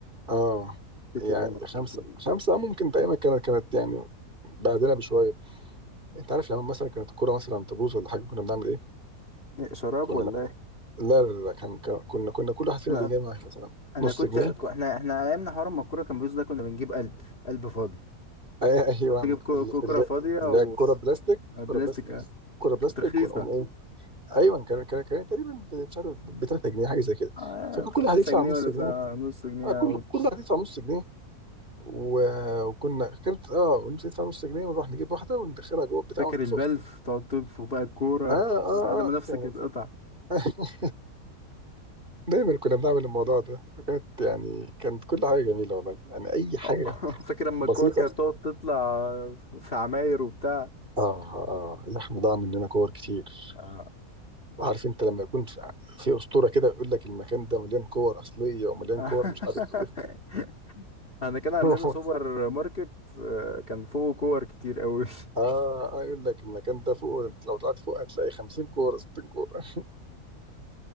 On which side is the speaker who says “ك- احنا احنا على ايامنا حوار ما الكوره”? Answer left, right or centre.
Left